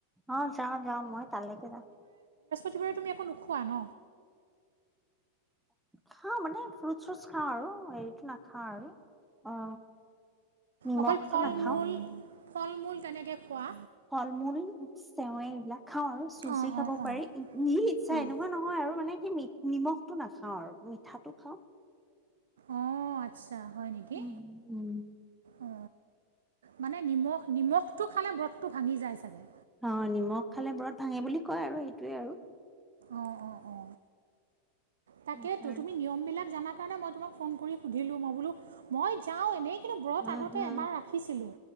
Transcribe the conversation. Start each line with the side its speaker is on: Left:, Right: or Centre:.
Centre: অ, যাওঁ-যাওঁ মই তালৈকে যাওঁ।
Right: তুমি-তুমি একো নোখোৱা ন?
Centre: খাওঁ মানে, ফ্ৰুট-চ্ৰুট খাওঁ আৰু হেৰিটো নাখাওঁ আৰু, অ নিমখটো
Right: অকল ফল-মূল,
Centre: নাখাওঁ।
Right: ফল-মূল তেনেকে খোৱা?
Centre: ফল-মূল, চেৱে এইবিলাক খাওঁ আৰু চুজি
Right: অঁ
Centre: খাব
Right: অঁ অঁ
Centre: পাৰি, নিজৰ ইচ্ছা
Right: অঁ
Centre: এনেকুৱা নহয় আৰু আৰু মানে সেই নিমখটো নাখাওঁ আৰু মিঠাটো খাওঁ।
Right: আহ, আচ্ছা হয় নেকি।
Centre: উম উম।
Right: অ, মানে নিমখ, নিমখটো খালে ব্ৰতটো ভাঙি যায় চাগে।
Centre: অ, নিমখ খালে ব্ৰত ভাঙে বুলি কয় আৰু, সেইটোৱে আৰু।
Right: অ-অ-অ, তাকেইতো
Centre: সেইকাৰণে
Right: তুমি নিয়মবিলাক জানা কাৰণে মই তোমাক ফোন কৰি সুধিলো মই বোলো, মই যাওঁ এনেই কিন্তু ব্ৰত
Centre: উম
Right: আগতে
Centre: হুম
Right: এবাৰ ৰাখিছিলো।